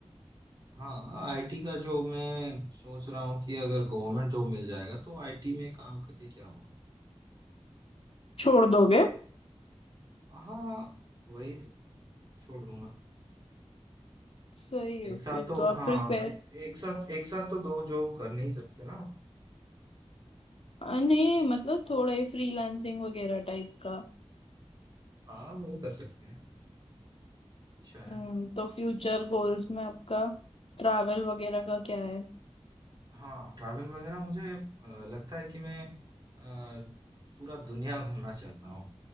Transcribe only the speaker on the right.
हाँ आईटी का जॉब मैं सोच रहा हूँ कि अगर गवर्नमेंट जॉब मिल जाएगा तो आईटी में काम करके क्या हुआ
हाँ वही तो छोड़ दूंगा
एक
साथ तो
हाँ
ए, एक साथ एक साथ तो दो जॉब कर नहीं सकते ना
हाँ वो कर सकते हैं अच्छा है
हाँ ट्रैवल वगैरह मुझे अ, लगता है कि मैं अ, पूरा दुनिया घूमना चाहता हूँ